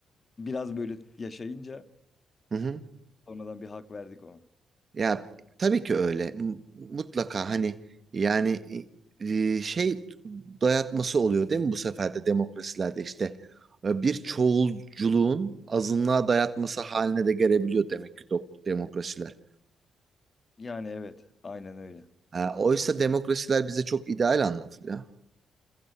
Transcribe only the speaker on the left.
biraz böyle yaşayınca
sonradan bir hak verdik ona.
Yani evet, aynen öyle.